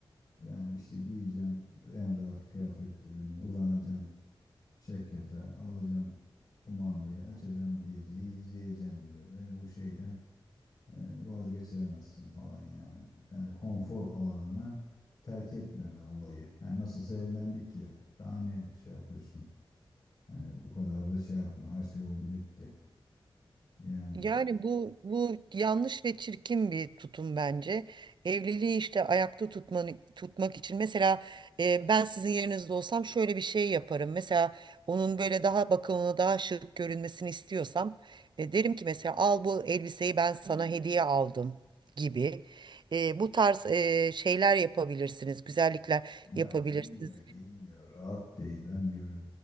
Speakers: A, on the left; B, on the right.
A: Yani işte giyeceğim en rahat kıyafetlerimi, uzanacağım, çek yatağa, alacağım kumandayı, açacağım diziyi, izleyeceğim diyor. Beni bu şeyden Yani vazgeçiremezsin falan yani. Yani konfor alanını terk etmeme olayı. Yani nasılsa evlendik ki. Daha ne şey yapıyorsun? Hani bu kadar da şey yapma. Her şey oldu bitti. Yani
B: Yani bu bu yanlış ve çirkin bir tutum bence. Evliliği işte ayakta tutmanı, tutmak için mesela e, ben sizin yerinizde olsam şöyle bir şey yaparım. Mesela onun böyle daha bakımlı, daha şık görünmesini istiyorsam e, derim ki mesela al bu elbiseyi ben sana hediye aldım gibi. E, bu tarz e, şeyler yapabilirsiniz, güzellikler
A: Ya
B: yapabilirsiniz.
A: giyinmiyor, giyinmiyor. Rahat değil. Ben diyor